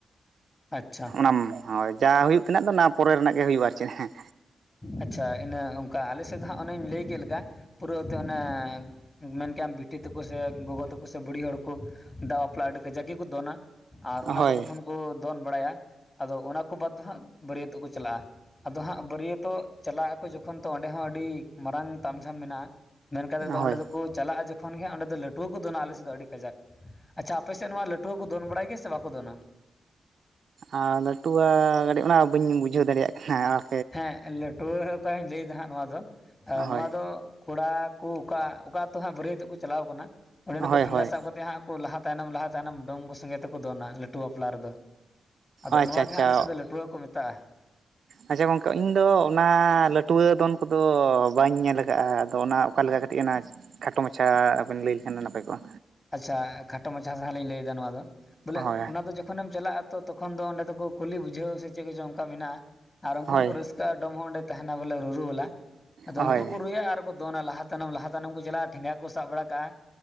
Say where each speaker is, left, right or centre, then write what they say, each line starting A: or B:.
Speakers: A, on the left; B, on the right.
A: ᱟᱪᱪᱷᱟ
B: ᱚᱱᱟ ᱦᱳᱭ ᱡᱟ ᱦᱩᱭᱩᱜ ᱛᱮᱱᱟᱜ ᱫᱚ ᱚᱱᱟ ᱯᱚᱨᱮ ᱨᱮᱱᱟᱜ ᱜᱮ ᱦᱩᱭᱩᱜ-ᱟ ᱟᱨ ᱪᱮᱫ ᱪᱮᱸ
A: ᱟᱪᱪᱷᱟ ᱤᱱᱟᱹ ᱚᱱᱠᱟ ᱟᱞᱮᱥᱮᱫ ᱫᱚ ᱦᱟᱜ ᱚᱱᱮᱧ ᱞᱟᱹᱭ ᱠᱮᱫ ᱞᱮᱠᱟ᱾ ᱯᱩᱨᱟᱹᱛᱮ ᱚᱱᱮ- ᱢᱮᱱ ᱠᱮᱟᱢ ᱵᱤᱴᱤ ᱛᱟᱠᱚ ᱥᱮ, ᱜᱚᱜᱚ ᱛᱟᱠᱚ ᱥᱮ, ᱵᱩᱲᱦᱤ ᱦᱚᱲ ᱠᱚ, ᱫᱟᱜ ᱵᱟᱯᱞᱟ ᱟᱹᱰᱤ ᱠᱟᱡᱟᱠ ᱜᱮᱠᱚ ᱫᱚᱱᱟ᱾ ᱟᱨ ᱚᱱᱟ
B: ᱦᱳᱭ
A: ᱠᱚ ᱛᱚᱠᱷᱚᱱ ᱠᱚ ᱫᱚᱱ ᱵᱟᱲᱟᱭᱟ ᱟᱫᱚ ᱚᱱᱟ ᱠᱚ ᱵᱟᱫᱽ ᱫᱚ ᱦᱟᱸᱜ ᱵᱟᱹᱨᱭᱟᱹᱛᱚᱜ ᱠᱚ ᱪᱟᱞᱟᱜ-ᱟ᱾ ᱟᱫᱚ ᱦᱟᱸᱜ ᱵᱟᱹᱨᱭᱟᱹᱛᱚᱜ ᱛᱚ ᱪᱟᱞᱟᱜ ᱟᱠᱚ ᱡᱚᱠᱷᱚᱱ ᱛᱚ ᱚᱸᱰᱮ ᱦᱚᱸ ᱟᱹᱰᱤ ᱢᱟᱨᱟᱝ ᱛᱟᱢ ᱡᱷᱟᱢ ᱢᱮᱱᱟᱜ-ᱟ᱾ ᱢᱮᱱ ᱠᱟᱛᱮᱫ ᱫᱚ ᱚᱸᱰᱮ
B: ᱦᱳᱭ
A: ᱫᱚᱠᱚ ᱪᱟᱞᱟᱜ-ᱟ ᱡᱚᱠᱷᱚᱱ ᱜᱮ ᱦᱟᱜ ᱚᱸᱰᱮ ᱞᱟᱹᱴᱩᱣᱟᱹ ᱠᱚ ᱫᱚᱱᱟ ᱟᱞᱮᱥᱮᱫ ᱫᱚ᱾ ᱟᱹᱰᱤ ᱠᱟᱡᱟᱠ ᱟᱪᱪᱷᱟ ᱟᱯᱮ ᱥᱮᱫ ᱱᱚᱣᱟ ᱞᱟᱹᱴᱩ <unintelligible> ᱫᱚᱱ ᱵᱟᱲᱟᱭ ᱜᱮᱭᱟ ᱥᱮ ᱵᱟᱠᱚ ᱫᱚᱱᱟ?
B: ᱟᱨ ᱞᱟᱹᱴᱩᱣᱟ ᱠᱟᱴᱤᱡ ᱚᱱᱟ ᱵᱟᱹᱧ ᱵᱩᱡᱷᱟᱹᱣ ᱫᱟᱲᱮᱭᱟᱜ ᱠᱟᱱᱟ᱾ᱟᱨ
A: ᱦᱮᱸ ᱞᱟᱹᱴᱣᱟᱹ ᱚᱱᱟ ᱞᱟᱹᱭᱮᱫᱫᱟ ᱦᱟᱸᱜ ᱱᱚᱣᱟ ᱫᱚ
B: ᱦᱳᱭ
A: ᱱᱚᱣᱟ ᱫᱚ᱾ ᱠᱚᱲᱟ ᱠᱚ ᱚᱠᱟ ᱟᱹᱛᱩ ᱦᱟᱸᱜ ᱵᱟᱹᱨᱭᱟᱹᱛᱚᱜ ᱠᱚ ᱪᱟᱞᱟᱣ ᱠᱟᱱᱟ᱾ ᱚᱸᱰᱮᱱᱠᱩ
B: ᱦᱳᱭ
A: ᱴᱷᱮᱸᱜᱟ
B: ᱦᱳᱭ
A: ᱥᱟᱵ ᱠᱟᱛᱮᱫ ᱦᱟᱸᱜ ᱞᱟᱦᱟ ᱛᱟᱭᱱᱚᱢ ᱞᱟᱦᱟ ᱛᱟᱭᱱᱚᱢ ᱰᱚᱢ ᱥᱚᱸᱜᱮ ᱛᱮᱠᱚ ᱫᱚᱱᱟ ᱞᱟᱹᱴᱩᱣᱟᱹ ᱵᱟᱯᱞᱟ ᱨᱮᱫᱚ᱾ ᱟᱫᱚ
B: ᱟᱪᱪᱷᱟ
A: ᱱᱚᱣᱟ
B: ᱟᱪᱪᱷᱟ
A: ᱜᱮ ᱦᱟᱸᱜ ᱟᱞᱮᱥᱮᱫ ᱫᱚ ᱞᱟᱹᱴᱩᱣᱟᱹ ᱠᱚ ᱢᱮᱛᱟᱜᱼᱟ᱾
B: ᱟᱪᱪᱷᱟ ᱜᱚᱝᱠᱮ ᱤᱧᱫᱚ ᱚᱱᱟ ᱱᱟᱹᱴᱣᱟᱹ ᱫᱚᱱ ᱠᱚᱫᱚ ᱵᱟᱹᱧ ᱧᱮᱞ ᱟᱠᱟᱫ-ᱟ ᱟᱫᱚ ᱚᱱᱟ ᱚᱠᱟ ᱞᱮᱠᱟ ᱠᱟᱹᱴᱤᱡ ᱚᱱᱟ ᱠᱷᱟᱴᱚ ᱢᱟᱪᱷᱟᱵᱮᱱ ᱞᱟᱹᱭ ᱞᱮᱠᱷᱟᱱ ᱱᱟᱯᱟᱭ ᱠᱚᱜ-ᱟ᱾
A: ᱟᱪᱪᱷᱟ ᱠᱷᱟᱴᱚ ᱢᱟᱪᱷᱟ ᱫᱷᱟᱨᱟ ᱞᱤᱧ ᱞᱟᱹᱭᱮᱫᱫᱟ ᱱᱚᱣᱟ ᱫᱚ, ᱵᱚᱞᱮ
B: ᱦᱳᱭ
A: ᱚᱱᱟ ᱫᱚ ᱡᱚᱠᱷᱚᱱᱮᱢ ᱪᱟᱞᱟᱜ-ᱟ᱾ ᱛᱚ ᱛᱚᱠᱷᱚᱱ ᱫᱚ ᱚᱸᱰᱮ ᱫᱚᱠᱚ ᱠᱩᱞᱤ ᱵᱩᱡᱷᱟᱹᱣ ᱥᱮ ᱪᱮᱫ ᱠᱚ ᱪᱚᱝ ᱚᱱᱠᱟ ᱢᱮᱱᱟᱜ-ᱟ᱾ ᱟᱨ ᱩᱱᱠᱩ
B: ᱦᱳᱭ
A: ᱦᱚᱸᱠᱚ ᱨᱟᱹᱥᱠᱟᱹ ᱰᱚᱢ ᱦᱚᱸ ᱚᱸᱰᱮ ᱛᱟᱦᱮᱱᱟ ᱵᱚᱞᱮ ᱨᱩᱨᱩ ᱵᱟᱞᱟ᱾ ᱟᱫᱚ
B: ᱦᱳᱭ
A: ᱩᱱᱠᱩ ᱠᱚ ᱨᱩᱭᱟ ᱟᱨ ᱫᱚᱱᱟ ᱞᱟᱦᱟ ᱛᱟᱭᱱᱚᱢ ᱞᱟᱦᱟ ᱛᱟᱭᱱᱚᱢ ᱠᱚ ᱪᱟᱞᱟᱜ-ᱟ᱾ ᱴᱷᱮᱸᱜᱟ ᱠᱚ ᱥᱟᱵ ᱵᱟᱲᱟ ᱠᱟᱜ-ᱟ᱾